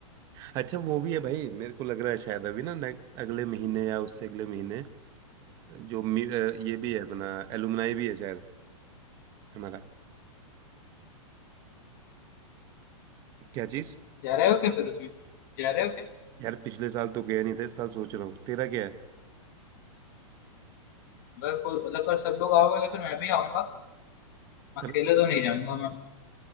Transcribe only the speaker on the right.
अच्छा वो भी है भाई मेरे को लग रहा है शायद अभी ना ने- अगले महीने या उससे अगले महीने जो मी, अ, ये भी है अपना एलुमनाई भी है शायद हमारा क्या चीज
यार पिछले साल तो गया नहीं था इस साल सोच रहा हूँ तेरा क्या है
कर
तो,